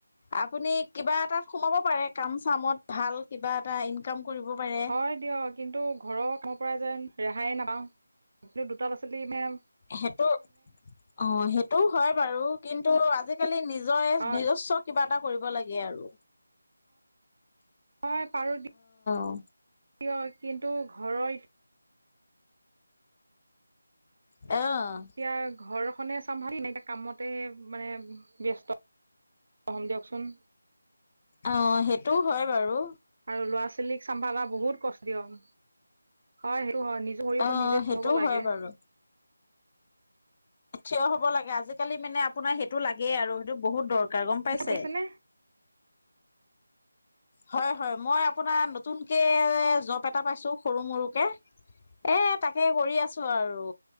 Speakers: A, on the left; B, on the right.
A: আপুনি কিবা এটাত সোমাব পাৰে, কাম চামত ভাল কিবা এটা ইনকাম। কৰিব পাৰে
B: হয় দিয়া। কিন্তু ঘৰৰ পৰা যেন ৰেহাই নাই, এতিয়া দুটা লৰা ছোৱালীও নাই।
A: সেইটো অ সেইটো হয় বাৰু। কিন্তু আজিকালি নিজৰে
B: হয়
A: নিজস্ব কিবা এটা কৰিব লাগে আৰু।
B: হয় পাৰো। কিয়
A: অ
B: কিন্তু ঘৰৰ
A: অ',
B: এতিয়া ঘৰখনে চম্ভালি নে কামতে মানে ব্যস্ত। ম দিয়কচোন।
A: অ সেইটোও হয় বাৰু।
B: আৰু ল'ৰা ছোৱালীক চম্ভালা বহুত কষ্ট হয়। টো হয় নিজৰ ভৰিতে
A: অ',
B: নিজে থিয়
A: সেইটোও
B: হ'ব লাগে।
A: হয় বাৰু। থিয় হ'ব লাগে। আজিকালি মানে আপোনাৰ সেইটো লাগেই আৰু সেইটো বহুত দৰকাৰ। ক গম পাইছে।
B: কৈছেনে
A: হয় হয়। মই আপোনাৰ নতুনকে জব এটা পাইছো সৰু মৰুকে। অ তাকে কৰি আছো আৰু